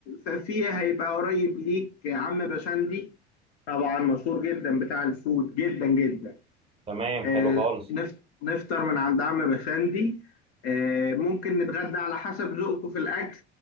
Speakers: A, on the left; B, on the right.
A: ففي هيبقى قريب ليك عم بشندي طبعا مشهور جدا بتاع الفود جدا جدا
B: تمام
A: آه،
B: حلو خالص
A: نف- نفطر من عند عم بشندي آه، ممكن نتغدى على حسب ذوقكم في الأكل